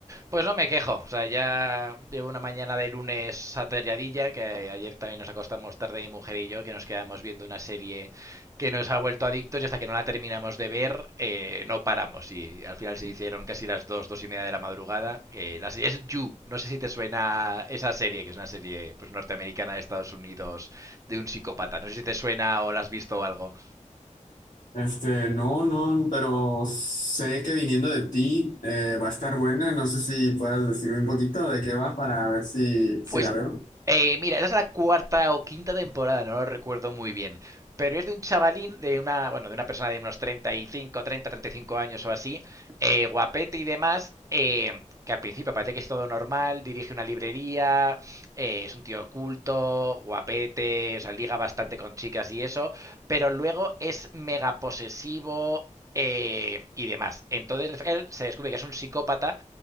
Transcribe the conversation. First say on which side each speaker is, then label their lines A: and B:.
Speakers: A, on the right (about 25°); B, on the left (about 85°).
A: Pues no me quejo, o sea, ya llevo una mañana de lunes atareadilla, que ayer también nos acostamos tarde mi mujer y yo, que nos quedamos viendo una serie que nos ha vuelto adictos y hasta que no la terminamos de ver eh, no paramos y al final se hicieron casi las dos, dos y media de la madrugada. Eh, la serie es You, no sé si te suena esa serie, que es una serie pues norteamericana de Estados Unidos de un psicópata, no sé si te suena o la has visto o algo.
B: Este, no, no, pero sé que viniendo de ti eh, va a estar buena. No sé si puedas decirme un poquito de qué va para ver si,
A: Pues,
B: si la veo.
A: eh, mira, esa es la cuarta o quinta temporada, no lo recuerdo muy bien. Pero es de un chavalín, de una, bueno, de una persona de unos treinta treinta, y cinco, treinta treinta y cinco años o así, eh, guapete y demás, eh, que al principio parece que es todo normal, dirige una librería, eh, es un tío culto, guapete, o sea, liga bastante con chicas y eso, pero luego es mega posesivo eh, y demás. Entonces él se descubre que es un psicópata